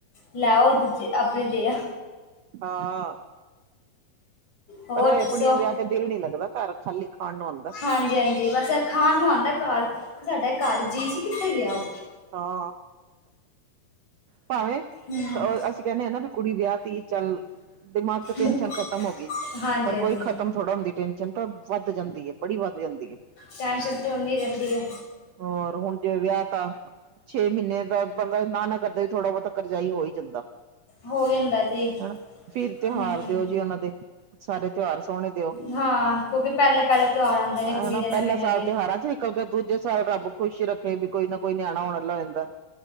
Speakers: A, on the left (about 55°); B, on the right (about 80°).
A: ਲੈ ਓ, ਦੂਜੇ ਆਪਣੇ ਦੇ ਆ
B: ਹਾਂ।
A: ਹੋਰ
B: ਪਰ ਐਹ
A: ਦੱਸੋ
B: ਕੁੜੀਆਂ ਵਿਆਹ ਕੇ ਦਿਲ ਨੀ ਲੱਗਦਾ। ਘਰ ਖ਼ਾਲੀ ਖਾਣ ਨੂੰ ਆਂਦਾ
A: ਹਾਂਜੀ ਹਾਂਜੀ ਬਸ ਖਾਣ ਨੂੰ ਆਂਦਾ ਘਰ ਤੇ ਸਾਡਾ ਘਰ ਜੀ ਸੀ ਕਿੱਥੇ ਗਿਆ ਓ
B: ਹਾਂ ਭਾਵੇਂ
A: ਹਮ
B: ਅਸੀਂ ਕਹਿਨੇ ਆ ਨਾ ਵੀ ਕੁੜੀ ਵਿਆਹ ਤੀ ਚੱਲ ਦਿਮਾਗ ਤੋਂ ਟੈਨਸ਼ਨ
A: ਬੁ-
B: ਖਤਮ ਹੋ ਗਈ
A: ਹਾਂਜੀ
B: ਪਰ
A: ਹਾਂਜੀ
B: ਕੋਈ ਖਤਮ ਥੋੜਾ ਹੁੰਦੀ ਟੈਨਸ਼ਨ ਤਾਂ ਵੱਧ ਜਾਂਦੀ ਐ ਬੜੀ ਵੱਧ ਜਾਂਦੀ ਐ।
A: ਟੈਨਸ਼ਨ ਤੇ ਓਨੀ ਰਹਿੰਦੀ ਐ।
B: ਹੋਰ ਹੁਣ ਜਿਵੇਂ ਵਿਆਹ ਤਾਂ ਛੇ ਮਹੀਨੇ ਦਾ ਬੰਦਾ ਨਾ ਨਾ ਕਰਦਾ ਥੋੜਾ ਬਹੁਤਾ ਕਰਜਾਈ ਹੋਈ ਜਾਂਦਾ।
A: ਹੋ ਜਾਂਦਾ ਜੀ
B: ਹਨਾਂ ਫਿਰ ਤਿਉਹਾਰ
A: ਹਮ
B: ਦਿਓ ਜੀ ਉਹਨਾਂ ਦੇ, ਸਾਰੇ ਤਿਉਹਾਰ ਸੋਹਣੇ ਦਿਓ
A: ਹਾਂ ਕਿਉਂਕਿ ਪਹਿਲੇ ਪਹਿਲੇ ਤਿਉਹਾਰ ਆਉਂਦੇ ਨੇ ਕੁੜੀ
B: ਹਨਾ
A: ਦੇ ਨਵੇਂ
B: ਪਹਿਲਾ
A: ਨਵੇਂ
B: ਸਾਲ ਤਿਉਹਾਰਾਂ ਚ ਕਿਉਂਕਿ ਦੂਜੇ ਸਾਲ ਰੱਬ ਖੁਸ਼ ਈ ਰੱਖੇ ਵੀ ਕੋਈ ਨਾ ਕੋਈ ਨਿਆਣਾ ਹੋਣ ਵਾਲਾ ਰਹਿੰਦਾ।